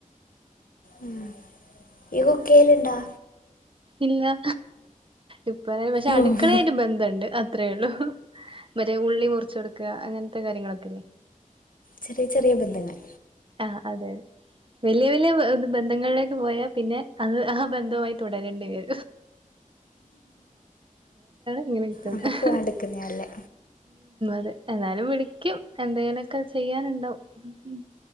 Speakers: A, on the left; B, on the right.
A: ഉം ഇയ്യ് കുക്ക്യ്യല്ണ്ടോ?
B: ഇല്ലാ ഇപ്പഴേ പക്ഷേ
A: ഓഹ്
B: അടുക്കളയായിട്ട് ബന്ധണ്ട്. അത്രേള്ളു. മറ്റേ ഉൾ ഉള്ളി മുറിച്ച് കൊടുക്കാ അങ്ങൻ കാര്യങ്ങളൊക്കെ ഇല്ലേ
A: ചെറിയ ചെറിയ ബന്ധങ്ങൾ
B: ആ അതെ അതെ വലിയ വലിയ ബന്ധങ്ങളിലേക്ക് പോയാ പിന്നെ അത് ആ ബന്ധവുമായി തുടരേണ്ടി വെ ഇങ്ങനെ നിക്കുന്നത്
A: അപ്പൊ പോവാണ്ടിക്കുന്നേ നല്ലേ
B: <unintelligible> എന്നാലും വിളിക്കും എന്തെങ്കിലിക്കെ ചെയ്യാനുണ്ടാവും ഉം